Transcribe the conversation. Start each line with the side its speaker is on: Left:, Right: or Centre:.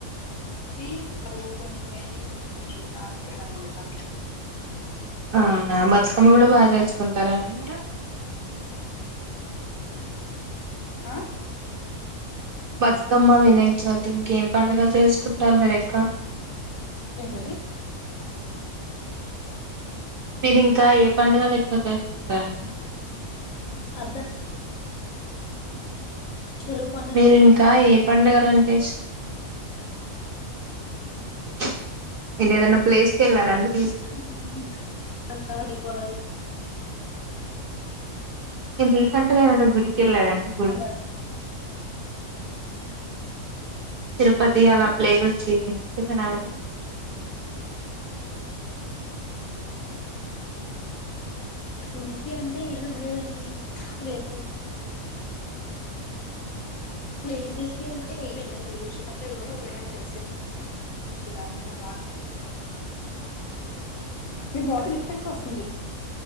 Left: కి పవ్వు కుంకుమేసి పెద్ద్ద పూలు దాన్ని పెట్టండి దానిమీద.
Right: అవునా బతుకమ్మ కూడా బాగా చేసుకుంటారా అండి మీరు?
Left: ఆ
Right: బతుకమ్మ వినాయక చౌత్ ఇంకేం పండుగలు చేసుకుంటారు మీర్ ఎక్కవ?
Left: ఏంటండి?
Right: మీరు ఇంకా ఏ పడుగలు ఎక్కువ చేసుకుంటారండి?
Left: అదా తెలుగు పండలన్నీ
Right: మీరు ఇంకా
Left: బాగానే
Right: ఏ
Left: చేసుకుంటాం.
Right: పండుగలు అంటే ఇష్ మీర్ ఇదేదన్నానా ప్లేస్ ఎలరాండి?
Left: ఉమ్ దసరా, దీపావళి.
Right: మీర్ రీసెంట్ గా ఏమన్నా గుడి వెళ్లారండి గుడికి?
Left: సంఘ
Right: తిరుపతి అలా ప్లేసెస్ కి మీకు ఇష్టమేనా వెళదాం?
Left: గుడికి అంటే ఏమి వెళ్లలేదండి రేప్వేల్ ప్లేస్ కి అంటే ఏం వెళ్ళలేదు లేదు శుభ <unintelligible> వెల్లము <unintelligible> మీ వాయిస్ డిస్టర్బెన్స్ వస్తుంది.